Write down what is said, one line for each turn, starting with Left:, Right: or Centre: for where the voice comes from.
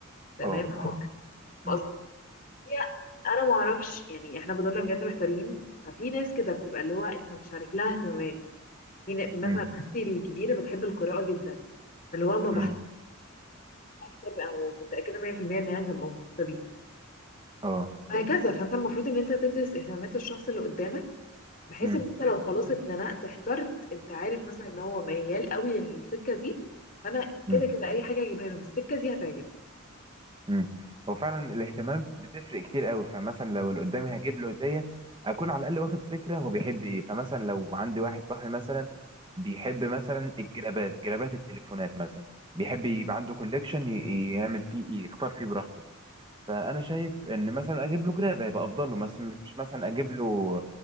Left: تمام
Right: اه اه
Left: قصدي
Right: امم
Left: هي انا ما اعرفش يعني احنا فضلنا بجد محتارين ففي ناس كده بتبقى اللي هو انت مش عارف لها اهتمامات في نا- مثلا
Right: امم
Left: اختي الكبيره بتحب القراءه جدا فاللي هو ما
Right: امم
Left: بحثش كتاب او متاكده 100% ان هي هتبقى مبسوطه بيه
Right: اه اه
Left: وهكذا فانت المفروض ان انت تدرس اهتمامات الشخص اللي قدامك بحيث
Right: امم
Left: ان انت لو خلاص اتزنقت احترت انت عارف مثلا ان هو ميال قوي للسكه دي فانا كده
Right: امم
Left: كده اي حاجه اجيبها له بالسكه دي هتعجبه
Right: امم هو فعلا الاهتمام بتفرق كتير قوي فمثلا لو اللي قدامي هجيب له هديه اكون على الاقل واخد فكره هو بيحب ايه فمثلا لو عندي واحد صاحبي مثلا بيحب مثلا الجرابات جرابات التليفونات مثلا بيحب يبقى عنده كوليكشن يعمل فيه ايه يختار فيه براحته فانا شايف ان مثلا اجيب له جراب هيبقى افضل له مثلا مش مثلا اجيب له